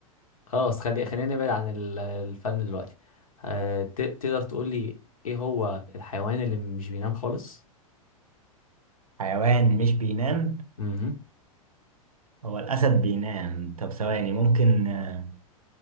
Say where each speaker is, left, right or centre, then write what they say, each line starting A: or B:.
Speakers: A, on the left; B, on the right.
A: خلاص خلي خلينا نبعد عن ال- الفن دلوقتي آه ت- تقدر تقول لي ايه هو الحيوان اللي مش بينام خالص
B: حيوان مش بينام
A: امم
B: هو الأسد بينام طب ثواني ممكن آه،